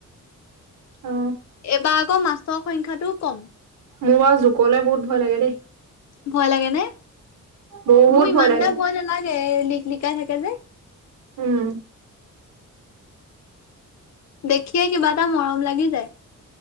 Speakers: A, on the right (about 85°); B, on the left (about 60°).
A: অ
B: এইবাৰ আকৌ মাছৰ সংখ্যাটো কম।
A: মোৰ বাৰু জুকলে বহুত ভয় লাগে দেই।
B: ভয় লাগে নে?
A: বহুত
B: মোৰ ইমানটা
A: লাগে
B: ভয় নালাগে লিক লিকাই থাকে যে।
A: উম
B: দেখিয়ে কিবা এটা মৰম লাগি যায়।